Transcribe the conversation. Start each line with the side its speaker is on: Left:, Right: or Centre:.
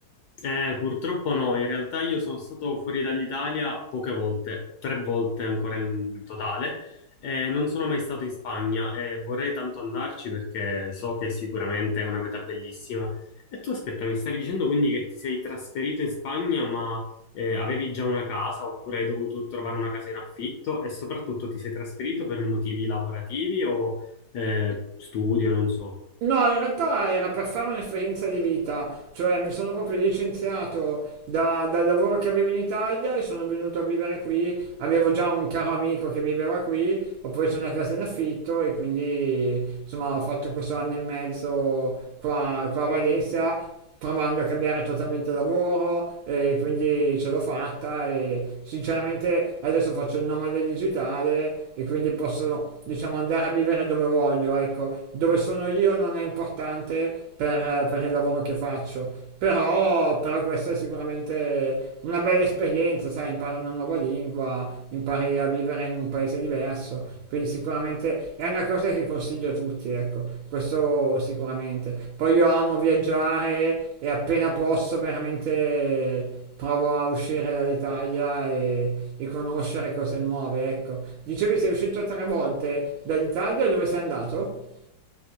Left: Eh, purtroppo no, in realtà io sono stato fuori dall'Italia poche volte, tre volte ancora in totale, e non sono mai stato in Spagna e vorrei tanto andarci perché so che sicuramente è una meta bellissima. E tu aspetta, mi stavi dicendo quindi che ti sei trasferito in Spagna, ma eh, avevi già una casa oppure hai dovuto trovare una casa in affitto e soprattutto ti sei trasferito per motivi lavorativi o eh, studio, non so.
Right: No, in realtà era per fare un'esperienza di vita, cioè mi sono proprio licenziato da- dal lavoro che avevo in Italia e sono venuto a vivere qui. Avevo già un caro amico che viveva qui, ho preso una casa in affitto e quindi insomma ho fatto questo anno e mezzo qua, qua a Valencia provando a cambiare totalmente lavoro e quindi ce l'ho fatta e sinceramente adesso faccio il nomade digitale e quindi posso diciamo andare a vivere dove voglio, ecco, dove sono io non è importante per, per il lavoro che faccio però, però questa è sicuramente una bella esperienza, sai, impari una nuova lingua, impari a vivere in un paese diverso, quindi sicuramente è una cosa che consiglio a tutti, ecco, questo sicuramente. Poi io amo viaggiare e appena posso veramente provo a uscire dall'Italia e, e conoscere cose nuove, ecco. Dicevi sei uscito tre volte dall'Italia, dove sei andato?